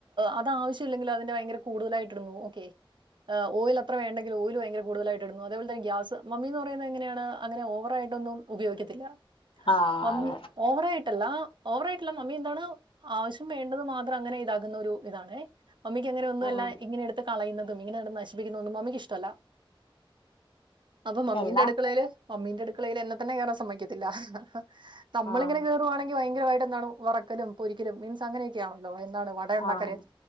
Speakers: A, on the right; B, on the left.
A: അത് ആവശ്യമില്ലെങ്കിൽ അതിന്റെ ഭയങ്കര കൂടുതലായിട്ടിടുന്നു ഓക്കെ? ഓയിലത്ര വേണ്ടെങ്കിൽ ഓയില് ഭയങ്കര കൂടുതലായിട് ടും അതേപോലെന്ന ഗ്യാസ്, മമ്മീന്ന് പറയുന്നത് എങ്ങനെയാണ് അങ്ങനെ ഓവർ ന്നും ഉപയോഗിക്കത്തില്ല.
B: ആഹ്
A: മമ്മി
B: അതെ
A: ഓവറായിട്ടല്ലാ ഓവറ ആയിട്ടുള്ളല്ല മമ്മി എന്താണ് ആവശ്യം വേണ്ടത് മാത്രം അങ്ങനെ ഇതാക്കു ന്ന ഒരു ഇതാണ് മമ്മിക്ക് അങ്ങനെ ഒന്നുമല്ല
B: ആഹ്
A: ഇങ്ങനെ എടുത്ത് കളയുന്നതും ഇങ്ങനെ കിടന്ന് നശി ബഗന്ന ഒന്ന് മമ്മിക്ക് ഇ്ടല്ല അപ്പൊ മമ്മീന്റെ
B: എല്ലാം
A: അടുക്കള അയില് അമ്മീന്റെടു അടുക്കളയിൽ എന്നെത്തന്നെ കയറാൻ സമ്മതിക്കില്ല നമ്മളിങ്ങനെ
B: ആഹ്
A: കേറുവാണെങ്കിൽ ഭയ ഭയങ്കരമായിട്ട് എന്നാലു വ റക്കലുംപൊ രിക്കലുംമീൻസ് അങ്ങനെയൊക്കെയണല്ലോ വട ഉണ്ടാക്കൽ
B: ആഹ്